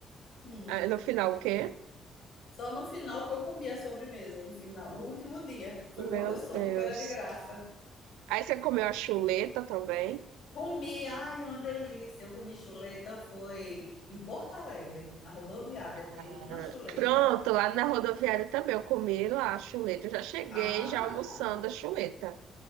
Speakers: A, on the left; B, on the right.
A: hum,
B: Ah, No final o quê?
A: Só no final que eu comi a sobremesa, no final, no último dia. Foi
B: Meu
A: quando eu soube
B: Deus.
A: que era de graça.
B: Aí você comeu a chuleta também.
A: Comi, ai, uma delícia. Eu comi chuleta, foi em Porto Alegre, na rodoviária,
B: Ah,
A: tem uma chuleta.
B: pronto, lá na rodoviária também eu comi lá a chuleta. Eu já cheguei
A: Ah,
B: já almoçando a chuleta.